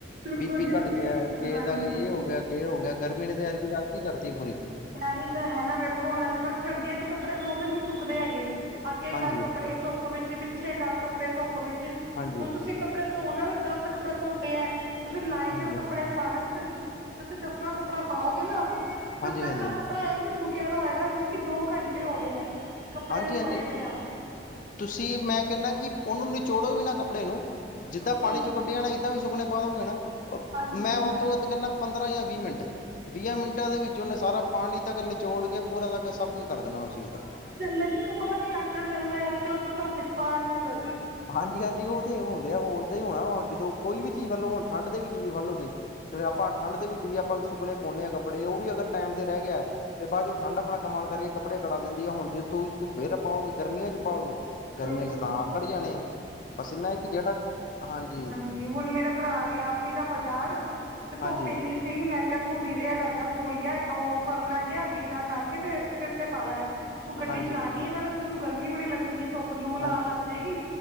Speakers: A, on the right (about 60°); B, on the left (about 50°).
A: ਬਿਲਕੁਲ
B: ਬੀ ਪੀ
A: ਜੀ
B: ਘੱਟ
A: ਤੁਸੀਂ
B: ਗਿਆ, ਕਿਸ
A: ਹਾਂਜੀ
B: ਦਾ ਇਹ ਹੋ ਗਿਆ ਕਿਸ ਹੋ ਗਿਆ, ਗਰਮੀ ਨੇ ਐਰਕੀ ਦਾ ਕੀ ਕਰਤੀ ਪੂਰੀ
A: ਪੜਾਹੀ ਤਾਂ ਹੈ ਨਾ ਵੇਖੋ, ਹੁਣ ਅੱਜ ਕੱਲ੍ਹ ਸਰਦੀਆਂ ਚ ਕੱਪੜੇ ਦੋ ਦਿਨ ਹੀ ਸੁੱਕਦੇ ਹੈਗੇ। ਅੱਗੇ
B: ਹਾਂਜੀ
A: ਕਰ ਕੱਪੜੇ ਧੁੱਪ ਵਿੱਚ ਪਿੱਛੇ ਕਰ ਕੱਪੜੇ ਧੁੱਪ ਵਿੱਚ
B: ਹਾਂਜੀ
A: ਹੁਣ
B: ਹਾਂਜੀ
A: ਤੁਸੀਂ ਕੱਪੜੇ ਧੋਣਾ ਦਸ ਕੱਪੜੇ ਧੋ ਪਿਆ, ਤੁਸੀਂ ਲਾਈਨ
B: ਹਾਂਜੀ
A: ਨਾਲ ਕੱਪੜੇ <unintelligible> ਤੁਸੀਂ ਦਸਵਾਂ ਕੱਪੜਾ ਪਾਓਗੇ ਨਾ ਜੋ
B: ਹਾਂਜੀ
A: ਪਹਿਲਾ
B: ਹਾਂਜੀ ਹਾਂਜੀ
A: ਕੱਪੜਾ ਇਹ ਸੁੱਕਿਆ ਹੋਏਗਾ, ਜਿਵੇਂ ਕਿ ਦੋ ਘੰਟੇ ਹੋ ਗਏ ਹੈ। ਕੱਪੜੇ
B: ਹਾਂਜੀ-ਹਾਂਜੀ,
A: ਨੂੰ ਪਾਏ ਦੇ ਆ
B: ਤੁਸੀਂ ਮੈਂ ਕਹਿੰਦਾ, ਕਿ ਉਹਨੂੰ ਨਿਚੋੜੋ ਵੀ ਨਾ ਕੱਪੜੇ ਨੂੰ ਜਿੱਦਾਂ
A: ਬਿਲਕੁਲ
B: ਪਾਣੀ ਚੋਂ ਕੱਢੇ ਜਾਣਾ ਏਦਾਂ ਵੀ ਸੁੱਕਣੇ ਪਾ ਦਓਗੇ ਨਾ,
A: ਹਾਂਜੀ
B: ਮੈਂ ਵੱਧ ਤੋਂ ਵੱਧ ਕਹਿੰਦਾ, ਪੰਦਰਾਂ ਜਾਂ ਵੀਹ ਮਿੰਟ ਵੀਹ ਮਿੰਟਾਂ ਦੇ ਵਿੱਚ ਉਹਨੇ ਸਾਰਾ ਪਾਣੀ ਤੱਕ ਨਿਚੋੜ ਕੇ ਪੂਰਾ ਤੱਕ ਸਭ ਕੁਝ ਕਰ ਦੇਣਾ ਉਹ ਚੀਜ਼
A: ਆਕੜ ਜਾਂਦਾ ਜੀ ਕੱਪੜਾ ਵੀ ਆਕੜ ਜਾਂਦਾ ਅੱਜ-ਕੱਲ ਧੂਪ ਚ ਪਾਉਣ ਨਾਲ।
B: ਹਾਂਜੀ-ਹਾਂਜੀ, ਉਹ ਤੇ ਹੁੰਦੇ ਆ ਓਦਾਂ ਹੀ ਹੋਣਾ ਵਾ ਜਦੋਂ ਕੋਈ ਵੀ ਚੀਜ਼ ਫੜਲੋ ਹੁਣ ਠੰਡ ਦੇ ਵੀ ਫੜਲੋ ਤੁਸੀਂ। ਆਪਾਂ ਠੰਢ ਦੇ ਵਿੱਚ ਵੀ ਆਪਾਂ ਸੁੱਕਨਣੇ ਪਾਉਂਦੇ ਹਾਂ ਕੱਪੜੇ ਉਹ ਵੀ ਅਗਰ ਟਾਈਮ ਤੇ ਰਹਿ ਗਿਆ। ਤੇ ਬਾਅਦ ਚ ਉਹ ਠੰਡ ਆਪਣਾ ਕਮਾਲ ਕਰਕੇ ਕੱਪੜੇ ਅਕੜਾ ਦਿੰਦੀ ਆ, ਹੁਣ ਜੇ ਤੁਸੀਂ ਧੁੱਪੇ ਫੇਰ ਪਾਓਗੇ ਗਰਮੀਆਂ ਚ ਪਾਓਗੇ। ਗਰਮੀਆਂ
A: ਬਿਲਕੁਲ
B: ਚ ਤਾਂ ਆਕੜ ਜਾਣੇ ਆ ਬਸ ਇਨਾ ਹੈ, ਕਿ ਜਿਹੜਾ ਹਾਂਜੀ
A: ਵੀ ਹੁਣ ਮੇਰਾ ਭਰਾ ਗਿਆ ਸੀਗਾ, ਬਾਜ਼ਾਰ ਤੇ ਧੁੱਪ
B: ਹਾਂਜੀ,
A: ਇੰਨੀ ਸੀਗੀ ਮੈਂ ਕਿਹਾ ਤੂੰ ਵੀਰੇ ਇਹ ਲੈ ਜਾਿਹਾ ਤੋਲਿਆ ਉਹ ਪਰਨਾ ਜਿਹਾ ਗੀਲਾ ਕਰਕੇ ਤੇ ਸਿਰ ਤੇ ਪਾ ਲੈ। ਤੂੰ ਗੱਡੀ
B: ਹਾਂਜੀ,
A: ਚਲਾਣੀ ਹੈ ਨਾਲੇ ਤੈਨੂੰ ਗਰਮੀ ਬੜੀ ਲੱਗਣੀ ਹੈ, ਧੁੱਪ, ਲੂ-ਲ
B: ਹਾਂਜੀ
A: ਲੱਗ ਜਾਏਗੀ